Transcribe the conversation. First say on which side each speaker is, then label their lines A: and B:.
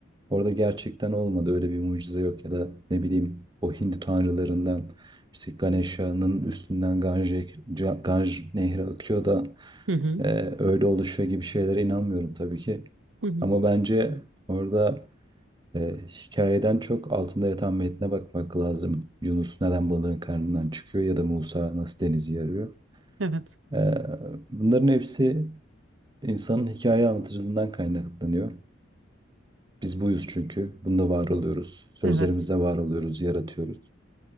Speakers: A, on the right; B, on the right.
A: orada gerçekten olmadı. Öyle bir mucize yok ya da ne bileyim o Hindu tanrılarından işte Ganesha'nın üstünden Ganj, Ca- Ganj nehri akıyor da
B: Hı hı.
A: eee, öyle oluşuyor gibi şeylere inanmıyorum tabii ki.
B: Hı hı.
A: Ama bence orada ee, hikayeden çok altında yatan metne bakmak lazım. Yunus neden balığın karnından çıkıyor ya da Musa nasıl denizi yarıyor.
B: Evet,
A: Ee, bunların hepsi insanın hikaye anlatıcılığından kaynaklanıyor. Biz buyuz çünkü. Bunda var oluyoruz. Sözlerimizde
B: evet.
A: var oluyoruz, yaratıyoruz.